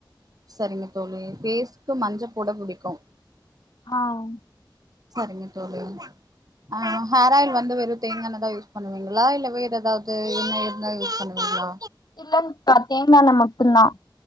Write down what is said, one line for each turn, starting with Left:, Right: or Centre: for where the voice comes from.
Right: சரிங்க தோழி ஃபேஸ்கு மஞ்சள் போட புடிக்கும்
Left: ஆஹ்
Right: சரிங்க தோழி ஆஹ் ஹேர் ஆயில் வந்து வெறும் தேங்கா எண்ணெய் தான் யூஸ் பண்ணுவீங்களா இல்ல வேற ஏதாவது எண்ணெய் யூஸ் பண்ணுவீங்களா
Left: இல்லைங்கக்கா தேங்காய் எண்ணெய் மட்டும்தான்